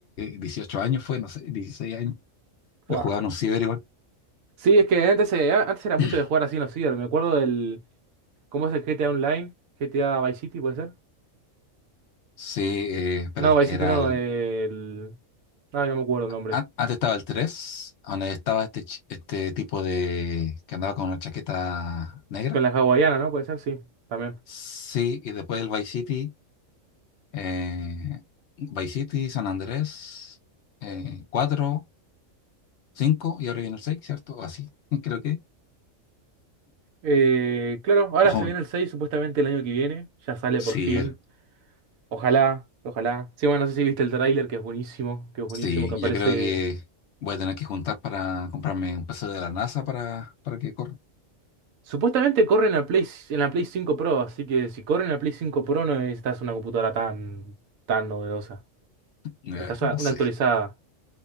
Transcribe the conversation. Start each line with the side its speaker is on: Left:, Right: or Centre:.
Left: 18 años fue, no sé, 16 años. Lo
Right: Buah.
Left: jugaba en un ciber igual.
Right: Sí, es que antes, eh, antes era
Left: <clears throat>
Right: mucho de jugar así en los ciber. Me acuerdo del... ¿Cómo es el GTA Online? ¿GTA Vice City puede ser?
Left: Sí, eh, pero
Right: No, Vice
Left: era
Right: City no,
Left: el...
Right: el... Ay, no me acuerdo el nombre.
Left: an- Antes estaba el tres. donde estaba este, ch- este tipo de... que andaba con una chaqueta negra.
Right: Con la hawaiana, ¿no? Puede ser, sí, también.
Left: Sí, y después el Vice City, eh, Vice City, San Andrés, eh, 4, 5, y ahora viene el 6, ¿cierto? O así, <laughs> creo que.
Right: Eh, claro, ahora
Left: Ojo,
Right: se viene el 6 supuestamente el año que viene. Ya sale
Left: sí,
Right: por fin. Ojalá, ojalá. Sí, bueno, no sé si viste el tráiler, que es buenísimo, que es buenísimo,
Left: Sí,
Right: que aparece.
Left: yo creo que voy a tener que juntar para comprarme un PC de la NASA para, para que corra.
Right: Supuestamente corre en la Play, en la Play cinco Pro, así que si corre en la Play 5 Pro no necesitas una computadora tan, tan novedosa.
Left: Eh,
Right: Estás
Left: no
Right: una
Left: sé.
Right: actualizada.